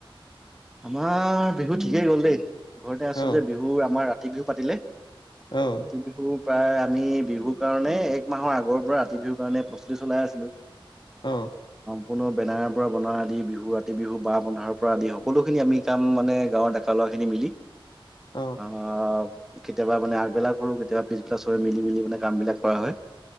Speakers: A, in the centre; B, on the left (about 55°).
A: আমাৰ বিহু ঠিকেই গ'ল দেই। ঘৰতে আছো
B: অ',
A: যে বিহুৰ আমাৰ <unintelligible> পাতিলে। ততিয়া
B: অ',
A: দেখ প্ৰায় আমি বিহুৰ কাৰণে এক মাহৰ আগৰ পৰা ৰাতি বিহুৰ কাৰণে প্ৰস্তুতি চলাই আছিলো।
B: অ'।
A: কোনো বেনাৰৰ পৰা বনোৱা আদি বিহু ৰাতি বিহু ব পন্ধাৰৰ পৰা আদি সকলোখিনি আমি কাম মানে গাঁৱৰ ডেকা ল'ৰা খিনি মিলি
B: অ',
A: আমাৰ কেতিয়াবা মানে আগবেলাক কৰো কেতিয়াবা পিছবিলাক চব মিলি মিলি মানে কাম বিলাক কৰা হয়।